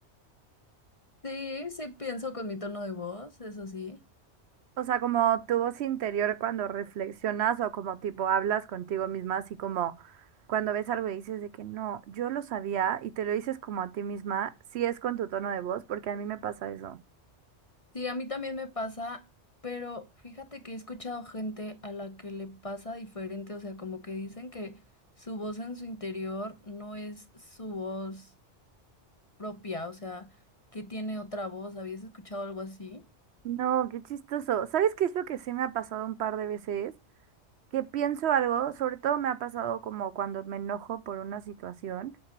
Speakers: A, on the left; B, on the right.
A: Sí, sí pienso con mi tono de voz, eso sí.
B: O sea, como tu voz interior cuando reflexionas o como tipo hablas contigo misma, así como cuando ves algo y dices de que no, yo lo sabía y te lo dices como a ti misma, si es con tu tono de voz, porque a mí me pasa eso.
A: Sí, a mí también me pasa, pero fíjate que he escuchado gente a la que le pasa diferente, o sea, como que dicen que su voz en su interior no es su voz propia, o sea, que tiene otra voz. ¿Habías escuchado algo así?
B: No, qué chistoso. ¿Sabes qué es lo que sí me ha pasado un par de veces? Que pienso algo, sobre todo me ha pasado como cuando me enojo por una situación